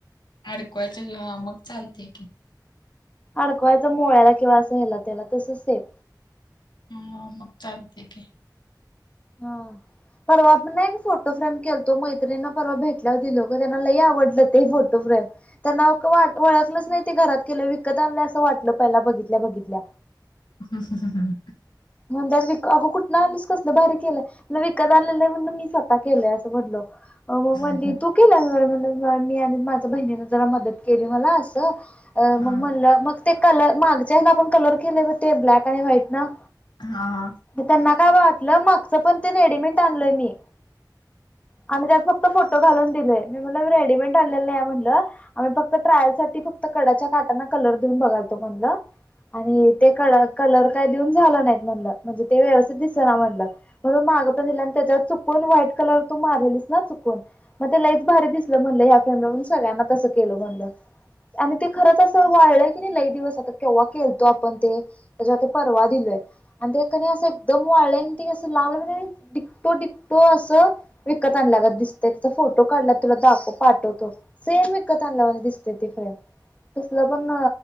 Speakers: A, on the left (about 85°); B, on the left (about 20°).
A: अडकवायचं किंवा मग चालतय की.
B: अडकवायच मोळ्याला किंवा असं ह्याला त्याला तसं सेफ
A: ह म चालतंय की. <inaudible>
B: हा परवा पण नाही फोटो फ्रेम केलतो, मैत्रिणां परवा भेटल्यावर दिलो गं त्यांना लय आवडलं ते फोटोफ्रेम. त्यांना नावक वळखलंच नाही ते घरात केलंय, विकत आणलंय असं वाटलं पहिला बघितल्या बघितल्या.
A: ह ह हं.
B: म्हणत्यात विकत अगं कुठून आणलीस कसलं भारी केलं, मला विकत आणलेलं नाही म्हणलं मी स्वतः स्वतः केलय अस म्हटलो, अं म म्हणली
A: हम्म
B: तू केल्यास म्ह मी आणि माझ्या बहिणीने जरा मदत केली मला असं अ
A: हा
B: मग म्हणलं, मग ते कलर मागच्या ह्याला आपण कलर केलय बघ ते, ब्लॅक आणि व्हाईट नं
A: हा हा.
B: त्यांना काय वाटलं, मागचं पण ते रेडीमेट आणलोय मी, आणि त्यात फक्त तो फोटो घालून दिलोय मी, मी मनलं रेडीमेड आणलेलं नाही आहे म्हनलं आम्ही फक्त ट्रायल साठी फक्त कडाच्या काटांना कलर देऊन बघालतो म्हणलं. आणि ते क कलर काय देऊन झालं नाहीत म्हणलं, म्हणजे ते व्यवस्थित दिसना म्हणलं. म्हणून मागं पण दिलं, आणि त्याच्यावर चुकून व्हाईट कलर तू मारलेलीस ना चुकून. मग ते लइच भारी दिसलं म्हणलं ह्या फ्रेंमला, म्हणूण सगळ्यांना तसं केलं म्हणलं, आणि ते खरंच अस वाळलंय की नाही लई दिवस, आता केव्हा केलतो आपण ते, त्याच्यावर ते परवा दिलोय. आणि ते कणी असं एकदम वाळलंय, आणि ते असं लांबनं म्हनजे डिकटो डिकटो असं विकत आणल्यागत दिसत त्याचा फोटो काढलाय तुला दाखव पाठवतो, सेम विकत आणल्यावांनी दिसते ती फ्रेम. तसलं पण